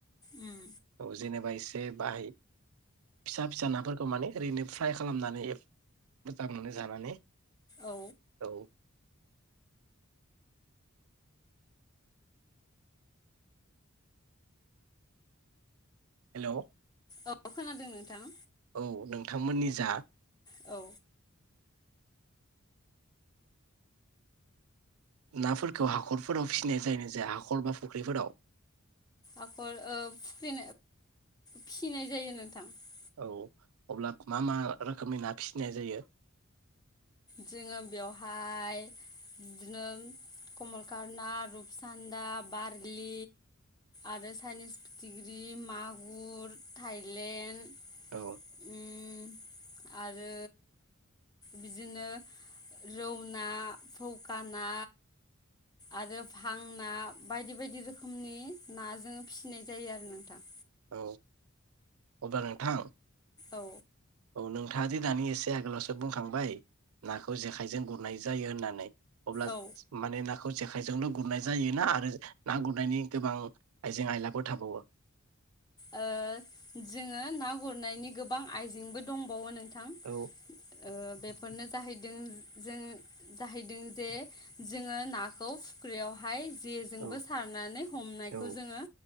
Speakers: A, on the left (about 20°); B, on the right (about 85°).
A: उम
B: औ जेनेबा इसे बाहाय फिसा फिसा नाफोरखौ माने ओरैनो फ्राय खालामनानै एब मोजां मोनो जानानै।
A: औ
B: औ हेलौ
A: औ खोनादों नोंथां।
B: औ नोंथांमोननि जा
A: औ
B: नाफोरखौ हाखरफोराव फिसिनाय जायो ना जाया हाखर बा फुख्रिफोराव?
A: आाखर ओ फुख्रि फिसिनाय जायो नोंथां <unintelligible>
B: औ अब्लाख मा मा रोखोमनि ना फिसिनाय जायो?
A: जोङो बेवहाय बिदिनो कमलकारना, रुपसान्दा, बारलि आरो चाइनिस फिथिग्रि, मागुर, थाइलेण्ड,
B: औ
A: उम आरो दिनो ओ रौ ना फौकाना आरो भां ना बायदि बायदि रोखोमनि नाजों फिसिनाय जायो आरो नोंथां
B: औ अब्ला नोंथां
A: औ
B: औ नोंथाङा दि दानि एसे आगोलावसो बुंखांबाय नाखौ जेखाइजों गुरनाय जायो होननानै अब्ला ज
A: औ ओ
B: स माने नाखौ जेखाइजोंल' गुरनाय जायोना आरो ना गुरनायनि गोबां आइजें आयलाबो थाबावो
A: ओ जोङो ना गुरनायनि गोबां आइजेंबो दंबावो नों थां
B: औ
A: ओ बेफोरनो जाहैदों जों जाहैदों जे जोङो नाखौ फुख्रियावहाय जेजोंबो
B: औ
A: सारनानै हमनायखौ
B: औ
A: जोङो